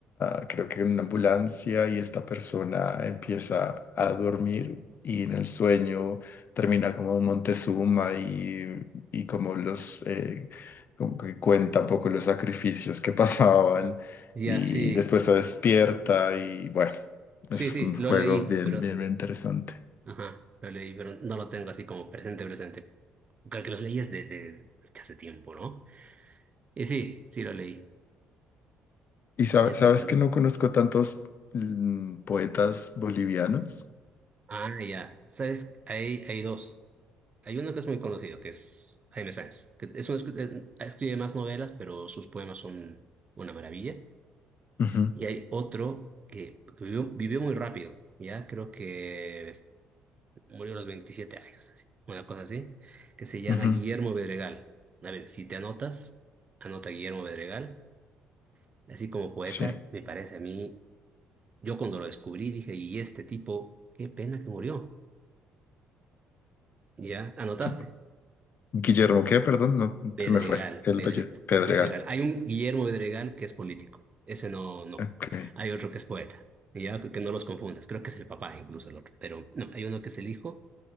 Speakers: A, on the left; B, on the right.
A: a, creo que en una ambulancia y esta persona empieza a dormir y en el sueño termina como Montezuma y, y como los, eh, como que cuenta un poco los sacrificios que <laughs> pasaban
B: Ya,
A: y
B: sí,
A: después se despierta y bueno,
B: sí,
A: es
B: sí,
A: un
B: lo
A: juego
B: leí,
A: bien,
B: pero,
A: bien, bien interesante.
B: ajá, lo leí, pero no lo tengo así como presente, presente. Creo que los leíes de, de hace tiempo, ¿no? Y sí, sí lo leí.
A: Y sabe-
B: Ese
A: sabes
B: me encanta.
A: que no conozco tantos mm, poetas bolivianos.
B: Ah, ya, sabes, hay, hay dos. Hay uno que es muy conocido, que es Jaime Sáenz, que es un, escri- eh, escribe más novelas, pero sus poemas son una maravilla.
A: Ujú,
B: Y hay otro que vivió, vivió muy rápido, ya, creo que Murió a los 27 años, así, una cosa así, que se llama
A: ujú,
B: Guillermo Bedregal. A ver, si te anotas, anota Guillermo Bedregal. Así como poeta,
A: Sí.
B: me parece a mí, yo cuando lo descubrí dije, y este tipo, qué pena que murió. Ya, anotaste,
A: Gui- Guillermo, ¿qué? Perdón, no,
B: Bedregal,
A: se me fue. El
B: Bedre-
A: Valle- Pedregal.
B: Bedregal. Hay un Guillermo Bedregal que es político, ese no, no.
A: Ok.
B: Hay otro que es poeta, ya, que que no los confundas, creo que es el papá incluso el otro, pero no, hay uno que es el hijo,